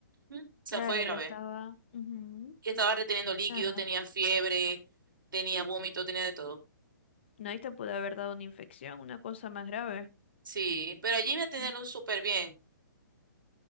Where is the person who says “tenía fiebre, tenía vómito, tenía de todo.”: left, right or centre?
Right